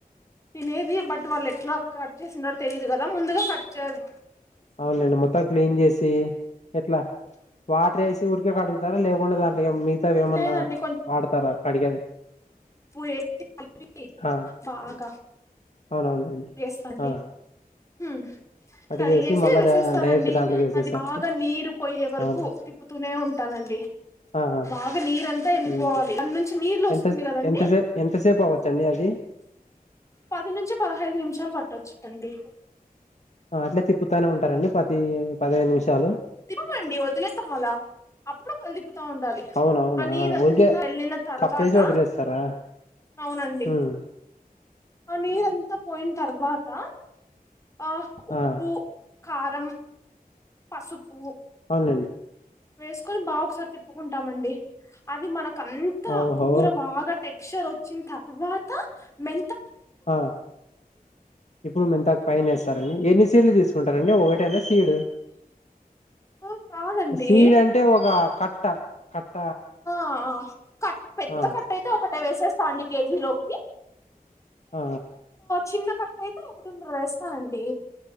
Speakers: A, on the left (about 20°); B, on the left (about 45°).
A: తినేదీ బట్ వాళ్ళు ఎట్లా కట్ చేసినరో తెలియదు గదా దా ముందుగా కట్ చెస్
B: అవునండి మొత్తం క్లీన్ జేసి ఎట్లా వాటర్ ఏసి ఊరికే కడుగ్ గ ర్ లేకుండా అ మిగతావేమన్నా
A: లేదండి
B: వాడతారా కడిగేది
A: పప్పు వేసి కలిపి
B: ఆ
A: బాగా
B: అవునవునండి
A: చేేస్తాండి
B: ఆ
A: హ
B: కడిగేసి
A: కడిగేసే
B: మళ్ళా
A: వెసేస్తానండి
B: డైరెక్ట్ దాంట్లోకి వేసేసారు
A: అది బాగా నీరు పోయే వరకు
B: అవునా
A: తిప్పుతూనే ఉంటానండి
B: ఆ ఆ
A: బాగా నీర అంతా వెళ్ళిపోవాలి
B: ఉమ్.
A: అన్ని నుంచి నీళ్లు వస్తుంది
B: ఎంత
A: కదండి
B: ఎంతసేపు ఎంతసేపు అవ్వచ్చండి అది
A: పది నుంచి పదహైదు నిమిషాలు పట్టొచ్చుదండి
B: అట్లే తిప్పుతూనే ఉంటారంండి పది పదిహేను నిమిషాలు
A: తిప్పమండి వదిలేస్తాం అలా అప్పుడు కలి తప్పుతా ఉండాలి
B: అవునవునా
A: ఆ నీరంతా
B: ఊరికే
A: వెళ్ళిన తర్వాత
B: కప్పేసి వదిలేస్తారా
A: అవునండి
B: ఉమ్
A: ఆ నీరంతా పోయిన తర్వాత ఆ ఉప్పు
B: ఆ
A: కారం పసుపుూ
B: డి
A: వేసుకొని బాగా ఒకసారి తిప్పుకుంటామండి అది మనకు కంత
B: ఓహో
A: కూర భాగా టె అక్షర్ వచ్చిన తర్వాత మె
B: ఆ ఇప్పుడు మంతాకు పైన వస్తారని ఎన్ని తెలి చంటారంండి ఒకటైనా సీడు
A: ఆ కాదండి
B: సీడ్ అంటే ఒక క ట
A: ఆ కట్ పెద్ద
B: ఆ
A: కట్ట అయితే ఒకటే వేసే అం కేజి లోకి
B: ఆ
A: చిన్న కప్పు అయితే ఒకటిన్నర వేస్తానండి